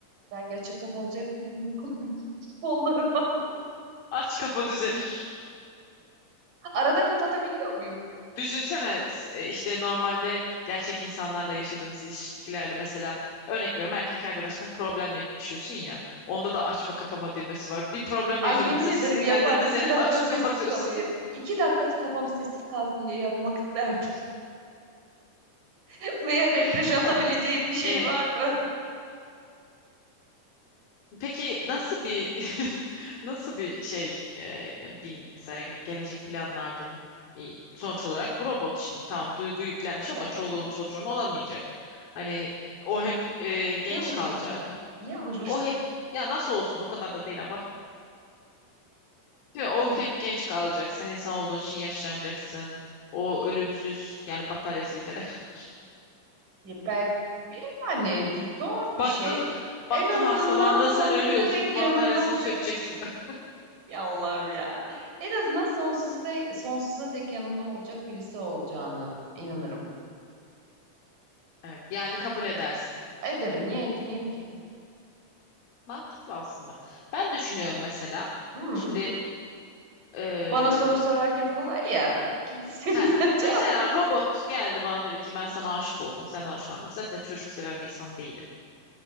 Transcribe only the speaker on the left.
aç kapa düzelir
Düşünsene e, işte normalde gerçek insanlarla yaşadığımız ilişkilerde mesela örnek veriyorum erkek arkadaşına problem yaşıyorsun ya. Onda da açma kapama düğmesi var. Bir problem
yaşadı
mesela
sinirlendirdi
seni
açıp
kapatıyorsun.
<laughs>
Tamam.
Ee,
peki nasıl bir <laughs> nasıl bir şey e, bir mesela gelecek planlardın E, sonuç olarak bu robot şimdi tamam duygu yüklenmiş ama
çoluğun çocuğun olamayacak. Hani e, o hep e, genç
kalacak.
O hep ya nasıl olsun o kadar da değil abartma. Şimdi o hep genç kalacak. Sen insan olduğun için yaşlanacaksın. O ölümsüz yani bataryası bitene kadar. <laughs>
Baktın
baktın
hastalandın
sen ölüyorsun.
Bataryasını
sökeceksin. <laughs>
Evet yani kabul edersin.
Mantıklı aslında. Ben düşünüyorum mesela.
Şimdi eee
heh,
mesela robot geldi bana dedi ki ben sana aşık oldum. Senden hoşlandım. Zaten çocuk seven bir insan değilim.